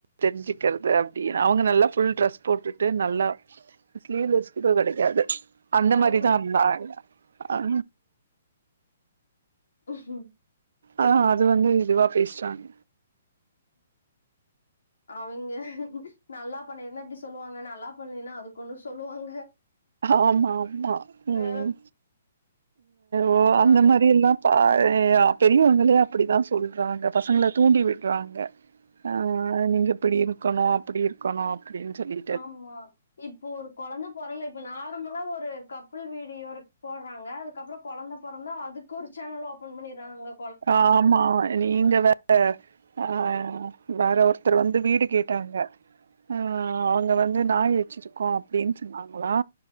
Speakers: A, on the right (about 70°); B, on the left (about 75°).
A: தெரிஞ்சுக்றது அப்டி அவுங்க நல்லா ஃபுல் ட்ரெஸ் போட்டுட்டு நல்லா ஸ்லீவ்லஸ்கூட கெடைக்காது அந்த
B: அதா
A: மாரிதா இருந்தா ஆளு ஆ
B: ம்
A: ஆ அது வந்து இதுவா பேசுறாங்க
B: அவைங்க நல்லா பண்ணிருந்தா இப்டி சொல்லுவாங்க நல்லா பண்லன்னா அதுக்கொன்னு சொல்லுவாங்க
A: ஆமா ஆமா ம்
B: ஆ
A: ஓ
B: கடவுளே
A: அந்த மாரி எல்லா பாரே பெரியவங்களே அப்டித்தா சொல்றாங்க பசங்கள தூண்டி விட்றாங்க ஆ நீங்க இப்டி இருக்கணு அப்டி இருக்கணு அப்டின்னு சொல்லி
B: ஆமா இப்போ ஒரு கொழந்த பொறந்து இப்ப நார்மலா ஒரு கப்புல் வீடியோ போடுறாங்க அதுக்கு அப்புறோ கொழந்த பொறந்தா அதுக் கொரு சேனல் ஓபன் பண்ணிடுறானுங்க
A: ஆமா நீங்க வேற ஆ வேற ஒருத்தர் வந் து வீடு கேட்டாங்க ஆ அவங்க வந் து நாய் வெச்சிருக்கோ அப்டின்னு சொன்னாங்களா